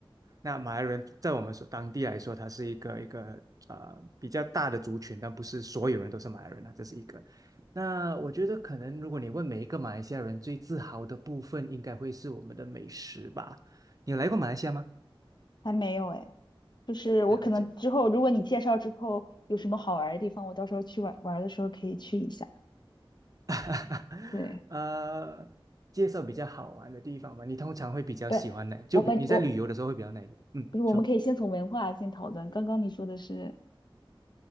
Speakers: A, on the right; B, on the left.
A: 那马来人在我们所当地来说，他是一个一个呃比较大的族群，但不是所有人都是马来人啊，这是一个。那我觉得可能如果你问每一个马来西亚人最自豪的部分，应该会是我们的美食吧。你有来过马来西亚吗？
B: 还没有哎，就是我可能之后如果你介绍之后有什么好玩儿的地方，
A: 了解。
B: 我到时候去玩玩儿的时候可以去一下。
A: <laughs>
B: 对，
A: 呃，介绍比较好玩的地方吧。你通常会比较喜欢哪？
B: 不是我们我
A: 就比你在旅游的时候会比较哪一个？嗯，
B: 不是我们可以先从文化先讨论，
A: 说
B: 刚刚你说的是